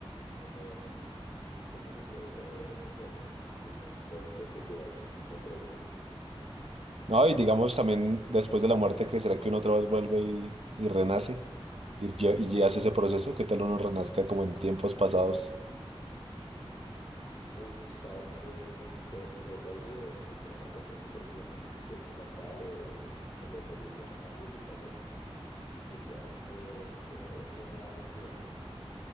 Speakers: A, on the left; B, on the right.
A: cómo, cómo se creó todo desde cero, me ima- me- o sea, es lo que yo me pregunto.
B: No, y digamos también después de la muerte, que será que uno otra vez vuelve y, y renace y, ya- y ya hace ese proceso, ¿qué tal uno renazca como en tiempos pasados?
A: Uf, ¿sabe qué, qué- qué leí? O, es que no me acuerdo si lo vi en un, un documental o, o lo leí en una publicación. Decía que uno tiene varias vidas,